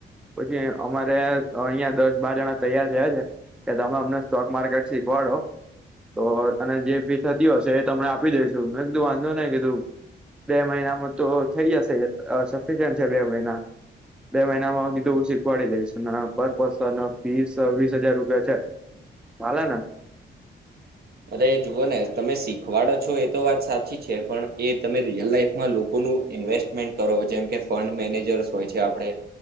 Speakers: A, in the centre; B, on the right.
A: પછી અમારે અહિયાં દસ બાર જણા તૈયાર થયા છે. કે તમે અમને સ્ટોક માર્કેટ શીખવાડો તો અને જે ફી થતી હશે એ તમને આપી દઈશું મેં કીધું વાંધો નહીં કીધું. બે મહિનામાં તો થઈ જશે સફિસિયન્ટ છે બે મહિના. બે મહિનામાં હ કીધું શીખવાડી દઈશ ના પર્પસ અને ફીસ વીસ હજાર રૂપિયા છે. હાલ ને.
B: અરે એ જુઓ ને તમે શીખવાડો છો એ તો વાત સાચી છે પણ એ તમે રિયલ લાઈફમાં લો કોનુ ઇન્વેસ્ટમેન્ટ કરો જેમ કે ફંડ મેનેજર્સ હોય છે આપણે.